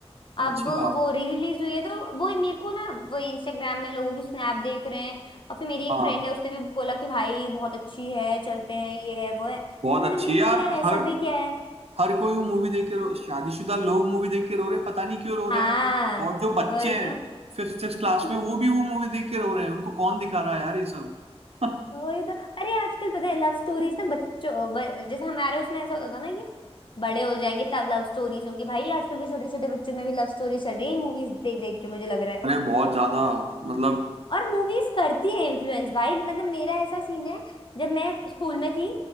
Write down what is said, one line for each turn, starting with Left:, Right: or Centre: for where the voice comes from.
Right: अच्छा
Left: अब वो री रिलीज हुई है तो वो मेरे को ना वो इंस्टाग्राम में लोगों की स्नैप देख रहे हैं और फिर मेरी एक
Right: हाँ
Left: फ्रेंड है उसने भी बोला कि भाई बहुत अच्छी है चलते हैं ये है वो है तो
Right: बहुत
Left: मैंने
Right: अच्छी
Left: बोला चल
Right: यार
Left: यार ऐसा
Right: हर
Left: भी क्या है
Right: हर कोई मूवी देख के रो शादीशुदा लोग मूवी देख के रो रहे हैं, पता नहीं क्यों रो
Left: हाँ
Right: रहे हैं और जो बच्चे
Left: वही
Right: हैं
Left: तो
Right: फिफ्थ सिक्स क्लास
Left: <laughs>
Right: में वो भी वो मूवी देख के रो रहे हैं उनको कौन दिखा रहा है यार ये सब <laughs> अरे
Left: वही तो अरे आजकल पता है लव स्टोरीज ना बच्चों ब- जैसे हमारे उसमें ऐसा होता था ना कि बड़े हो जाएंगे तब लव स्टोरीज होंगी भाई आजकल के छोटे छोटे बच्चों में भी लव स्टोरी चल रही है मूवीज देख देख के मुझे लग रहा है
Right: बहुत ज्यादा मतलब
Left: और मूवीज करती है इन्फ्लुएंस भाई मतलब मेरा ऐसा सीन है जब मैं स्कूल में थी